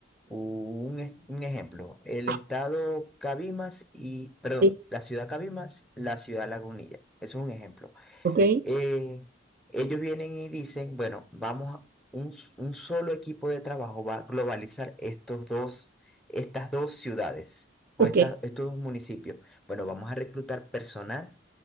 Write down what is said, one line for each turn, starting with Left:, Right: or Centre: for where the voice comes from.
Centre: un, es- un ejemplo. El
Right: ah,
Centre: estado Cabimas y, perdón,
Right: sí,
Centre: la ciudad Cabimas, la ciudad Lagunilla. Eso es un ejemplo
Right: Ok.
Centre: eh, ellos vienen y dicen, bueno, vamos a un, s- un solo equipo de trabajo va a globalizar estos dos, estas dos ciudades o
Right: Ok.
Centre: estas, estos dos municipios. Bueno, vamos a reclutar personal